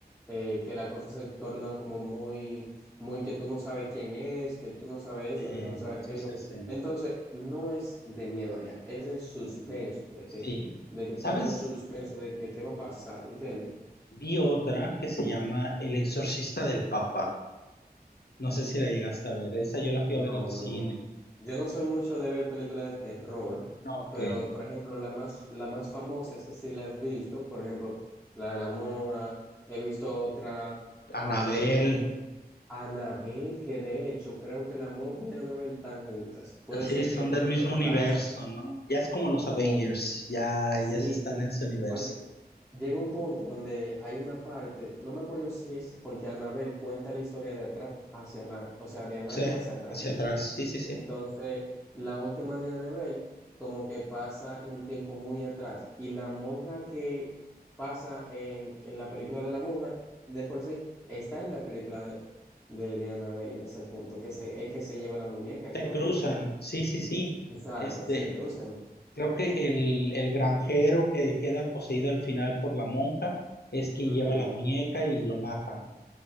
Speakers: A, in the centre; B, on the left.
A: eh, que la cosa se torna como muy, muy que tú no sabes quién es, que tú no sabes esto,
B: Sí,
A: que tú no sabes
B: sí,
A: aquello.
B: sí, sí.
A: Entonces no es de miedo ya, es el suspenso,
B: Mm,
A: de
B: sí.
A: que, de que
B: ¿Sabes?
A: tú tienes un suspenso de que qué va a pasar, ¿me entiendes?
B: Vi otra que se llama El Exorcista del Papa. No sé si la llegaste a ver. Esa yo la fui
A: No,
B: a ver al cine.
A: no. Yo no soy mucho de ver películas de terror,
B: Ok.
A: pero por ejemplo, la más, la más famosa, esa sí la has visto, por ejemplo, la de la monja, he visto otra, wow,
B: Anabel.
A: no me acuerdo, Anabel, que de hecho creo que la monja y Anabel están juntas, puede
B: Sí,
A: ser
B: son
A: que estén
B: del mismo
A: conectadas.
B: universo,
A: esa-
B: ¿no? Ya es como los Avengers,
A: Oh,
B: ya,
A: sí,
B: ya se están
A: sí,
B: en su universo.
A: porque llega un punto donde hay una parte, no me acuerdo si es, porque Anabel cuenta la historia de atrás hacia adelante, o sea, de adelante
B: Sí,
A: hacia atrás.
B: hacia atrás, sí, sí, sí.
A: Entonces, la última de Anabel como que pasa en un tiempo muy atrás y la monja que pasa en, en la película de la monja, de por sí, está en la película de, de, de Annabelle en ese punto, que se, es que se lleva la muñeca,
B: Se
A: creo
B: cruzan,
A: yo.
B: sí, sí, sí.
A: Exacto,
B: Este,
A: se cruzan.
B: creo que el, el granjero que queda poseído al final por la monja es quien
A: Ujú,
B: lleva la muñeca y lo matan.